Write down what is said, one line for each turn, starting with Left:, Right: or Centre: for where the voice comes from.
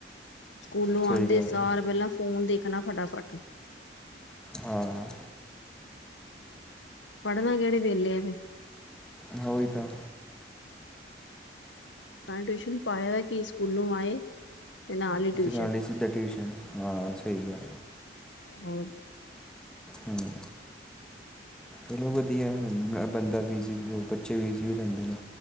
Left: ਸਕੂਲੋਂ
Centre: ਸਹੀ
Left: ਆਉਂਦੇ
Centre: ਗੱਲ
Left: ਸਾਰ
Centre: ਹੈ
Left: ਪਹਿਲਾਂ ਫੋਨ ਦੇਖਣਾ ਫਟਾਫਟ।
Centre: ਹਾਂ ਅ।
Left: ਪੜਨਾ ਕਿਹੜੇ ਵੇਲੇ ਆ ਫਿਰ।
Centre: ਹਾਂ ਉਹੀ ਤਾਂ।
Left: ਮੈ ਟਿਊਸ਼ਨ ਪਾਇਆ ਕੀ ਸਕੂਲੋਂ ਆਏ। ਤੇ ਨਾਲ ਹੀ ਟਿਊਸ਼ਨ
Centre: ਨਾਲ਼ੇ ਸਿੱਧਾ ਟਿਊਸ਼ਨ ਹਾਂ ਸਹੀ ਗੱਲ।
Left: ਹੋਰ ਕਿ।
Centre: ਹਮਮ। ਬਹੁਤ ਵਧੀਆ ਬੰਦਾ ਬਿਜ਼ੀ ਬ ਬੱਚੇ ਬਿਜ਼ੀ ਹੋ ਜਾਂਦੇ ਨੇ।